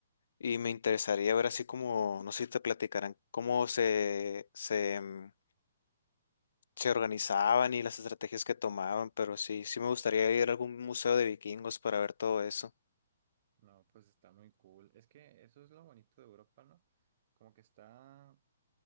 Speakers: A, on the left; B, on the right.
A: Y me interesaría ver así como, no sé si te platicarán, cómo se, se se organizaban y las estrategias que tomaban, pero sí, sí me gustaría ir a algún museo de vikingos para ver todo eso.
B: No, pues está muy cool. Es que eso es lo bonito de Europa, ¿no? Como que está